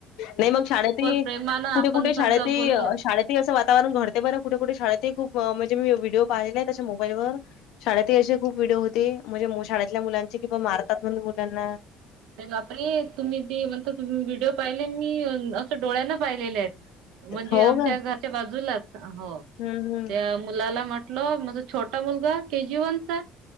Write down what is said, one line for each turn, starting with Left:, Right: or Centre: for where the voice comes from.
Left: नाही मग शाळेत ही
Right: प्रेमानं आपण
Left: कुठे कुठे शाळेत
Right: समजा
Left: ही
Right: बोललो
Left: शाळेत. असं वातावरण घडते बरं कुठे कुठे शाळेतही खूप म्हणजे मी व्हिडिओ पाहिलेले आहेत अशे मोबाईल वर. शाळेतही असे खूप व्हिडिओ होते म्हणजे शाळेतल्या मुलांचे की बा मारतात म्हण मुलांना.
Right: आरे बापरे तुम्ही ते म्हणता. तुम्ही व्हिडिओ पाहिले ना मी असं डोळ्यांन पाहिलेले आहेत. म्हणजे
Left: हो
Right: आमच्या
Left: का?
Right: घरच्या बाजूलाच हो
Left: हं, हं.
Right: त्या मुलाला म्हंटलो <unintelligible> छोटा मुलगा केजी वन चा